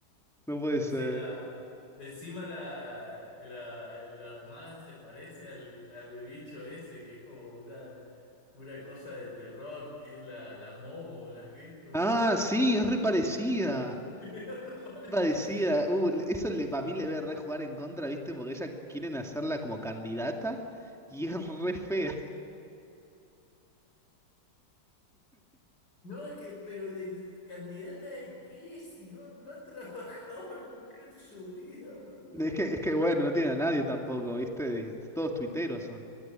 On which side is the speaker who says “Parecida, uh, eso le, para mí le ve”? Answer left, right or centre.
Centre